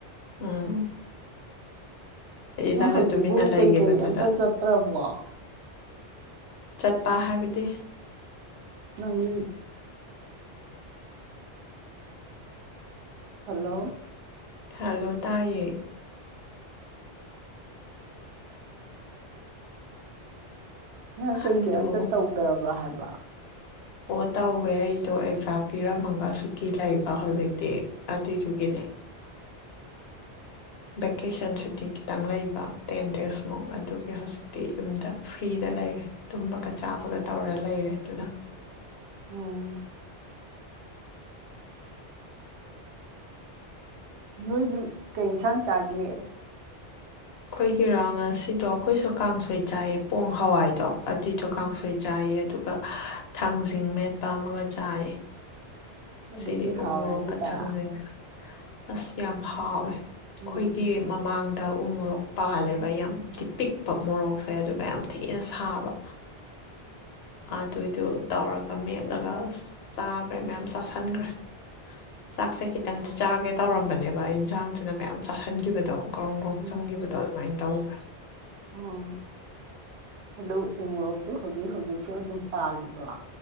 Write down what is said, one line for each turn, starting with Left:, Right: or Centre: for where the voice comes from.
Left: ꯎꯝ ꯑꯩꯗꯤ
Right: ꯅꯪ
Left: ꯅꯪꯅ
Right: ꯍꯧꯖꯤꯛꯄꯨ
Left: ꯇꯨꯃꯤꯟꯅ ꯂꯩꯒꯤꯕꯗꯨꯗ
Right: ꯀꯩꯀꯩ ꯑꯝꯇ ꯆꯠꯇ꯭ꯔꯕꯣ
Left: ꯆꯠꯄ ꯍꯥꯏꯕꯗꯤ
Right: ꯅꯪꯒꯤ ꯍꯜꯂꯣ
Left: ꯍꯦꯜꯂꯣ ꯇꯥꯏꯌꯦ
Right: ꯅꯪ ꯀꯩ
Left: ꯍꯜꯂꯣ
Right: ꯀꯩ ꯑꯝꯇ ꯇꯧꯗ꯭ꯔꯕ꯭ꯔꯥ ꯍꯥꯏꯕ
Left: ꯑꯣ ꯇꯧꯋꯦ ꯑꯩꯗꯣ ꯑꯦꯛꯖꯥꯝ ꯄꯤꯔꯝꯃꯒ ꯁꯨꯇꯤ ꯂꯩꯕ ꯍꯧꯖꯤꯛꯇꯤ ꯑꯗꯨꯏꯗꯨꯒꯤꯅꯦ ꯚꯦꯀꯦꯁꯟ ꯁꯨꯇꯤ ꯈꯤꯇꯪ ꯂꯩꯕ ꯇꯦꯟ ꯗꯦꯖꯃꯨꯛ ꯑꯗꯨꯒꯤ ꯍꯧꯖꯤꯛ ꯌꯨꯝꯗ ꯐ꯭ꯔꯤꯗ ꯂꯩꯔꯦ ꯇꯨꯝꯕꯒ ꯆꯥꯕꯒ ꯇꯧꯔ ꯂꯩꯔꯦ ꯑꯗꯨꯅ
Right: ꯎꯝ ꯅꯣꯏꯗꯤ ꯀꯩ ꯑꯦꯟꯁꯥꯡ ꯆꯥꯒꯦ
Left: ꯑꯩꯈꯣꯏꯒꯤꯔꯣ ꯉꯁꯤꯗꯣ ꯑꯩꯈꯣꯏꯁꯨ ꯀꯥꯡꯁꯣꯏ ꯆꯥꯏꯌꯦ ꯄꯣꯡ ꯍꯋꯥꯏꯗꯣ ꯑꯗꯨꯏꯗꯣ ꯀꯥꯡꯁꯣꯏ ꯆꯥꯏꯌꯦ ꯑꯗꯨꯒ ꯊꯥꯡꯖꯤꯡ ꯃꯦꯠꯄ ꯑꯃꯒ ꯆꯥꯏ
Right: ꯑꯗꯨꯗꯤ
Left: ꯁꯤꯅꯤ
Right: ꯍꯥꯎꯔꯅꯤꯗ
Left: ꯎ ꯃꯣꯔꯣꯛꯀ ꯊꯪꯖꯁꯤꯡꯒ ꯑꯁ ꯌꯥꯝ ꯍꯥꯎꯋꯦ
Right: ꯎꯝ
Left: ꯑꯩꯈꯣꯏꯒꯤ
Right: ꯎꯝ
Left: ꯃꯃꯥꯡꯗ ꯎ ꯃꯣꯔꯣꯛ ꯄꯥꯜꯂꯦꯕ ꯌꯥꯝꯗꯤ ꯄꯤꯛꯄ ꯃꯣꯔꯣꯛꯁꯦ ꯑꯗꯨꯒ ꯌꯥꯝ ꯊꯤꯅ ꯁꯥꯕ ꯑꯗꯨꯏꯗꯨ ꯇꯧꯔꯒ ꯃꯦꯠꯂꯒ ꯆꯥꯒ꯭ꯔꯦ ꯃꯌꯥꯝ ꯆꯥꯁꯟꯒ꯭ꯔꯦ ꯆꯥꯛꯁꯦ ꯈꯤꯇꯪꯇ ꯆꯥꯒꯦ ꯇꯧꯔꯝꯕꯅꯦꯕ ꯏꯟꯁꯥꯡꯗꯨꯅ ꯃꯌꯥꯝ ꯆꯥꯍꯟꯒꯤꯕꯗꯣ ꯒ꯭ꯔꯣꯡ ꯒ꯭ꯔꯣꯡ
Right: ꯎꯝ
Left: ꯆꯪꯒꯤꯕꯗꯣ ꯑꯗꯨꯃꯥꯏ ꯇꯧꯒ꯭ꯔꯦ
Right: ꯑꯣ ꯍꯜꯂꯣ ꯎ ꯃꯣꯔꯣꯛꯇꯨ ꯍꯧꯖꯤꯛ ꯍꯧꯖꯤꯛꯁꯨ ꯑꯗꯨꯝ ꯄꯥꯜꯂꯤꯕ꯭ꯔꯣ